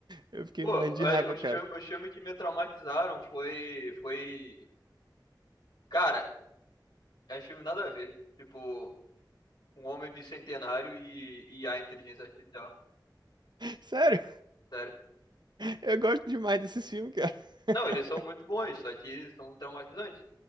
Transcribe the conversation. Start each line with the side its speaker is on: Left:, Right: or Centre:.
Right: Eu fiquei
Left: Pô,
Right: morrendo
Left: a-
Right: de raiva,
Left: os
Right: cara.
Left: filmes, os filmes que me traumatizaram foi, foi, cara, é filme nada a ver. Tipo, um homem bicentenário e, e a inteligência artificial,
Right: Sério,
Left: sério.
Right: eu gosto demais desses filmes, cara. <laughs>
Left: Não, eles são muito bons, só que eles são traumatizantes,